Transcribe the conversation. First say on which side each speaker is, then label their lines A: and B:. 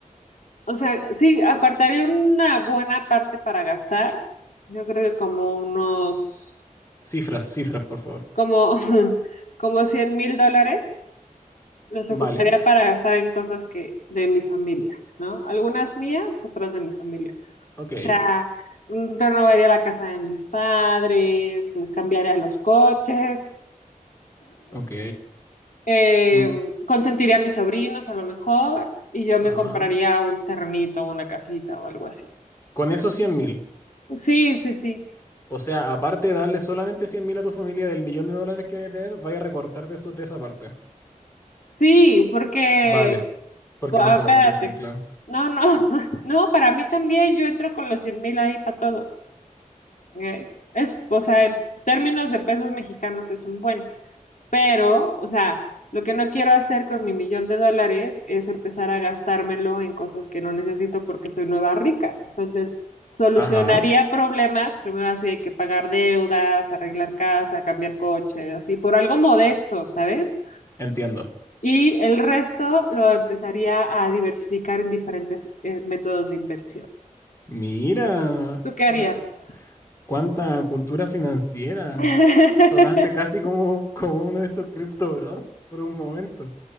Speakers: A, on the left (about 65°); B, on the left (about 20°).
A: o sea, sí, apartaría una buena parte para gastar. Yo creo que como unos,
B: cifras, cifras, por favor.
A: como, <laughs> como 100 mil dólares los
B: Vale,
A: ocuparía para gastar en cosas que de mi familia, ¿no? Algunas mías, otras de mi familia.
B: ok,
A: O sea, mm, renovaría la casa de mis padres, les cambiaría los coches. <clears throat>
B: ok.
A: Eh,
B: mm,
A: consentiría a mis sobrinos a lo mejor y yo me
B: ajá.
A: compraría un terrenito, una casita o algo así.
B: Con esos cien mil,
A: Sí, sí, sí.
B: o sea, aparte de darle solamente cien mil a tu familia del millón de dólares que debe tener, vaya a recortar de, eso, de esa parte.
A: Sí, porque,
B: Vale, porque
A: ah,
B: no se
A: espérate.
B: lo merecen, claro.
A: No, no, <laughs> no, para mí también yo entro con los 100 mil ahí para todos. Eh, Es, o sea, en términos de pesos mexicanos es un buen. Pero, o sea, lo que no quiero hacer con mi millón de dólares es empezar a gastármelo en cosas que no necesito porque soy nueva rica. Entonces, solucionaría
B: Ajá,
A: problemas, primero así hay que pagar deudas, arreglar casa, cambiar coche, así por algo modesto, ¿sabes?
B: entiendo.
A: Y el resto lo empezaría a diversificar en diferentes eh, métodos de inversión.
B: Mira,
A: ¿Tú qué harías?
B: we- cuánta cultura financiera.
A: <laughs>
B: Sonaste casi como, como uno de estos Crypto Bros por un momento.